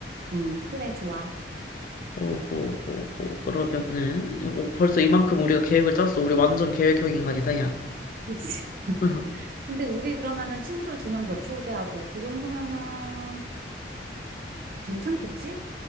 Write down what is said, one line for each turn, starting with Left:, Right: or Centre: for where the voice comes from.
Right: 음, 그래, 좋아.
Left: 오호호호. 그러면은 뭐 벌써 이만큼 우리가 계획을 짰어. 우리 완전 계획형 인간이다, 야.
Right: 그치. <laughs>
Left: <laughs>
Right: 근데 우리 그러면은 친구들 두 명 더 초대하고 그 정도면은 괜찮겠지?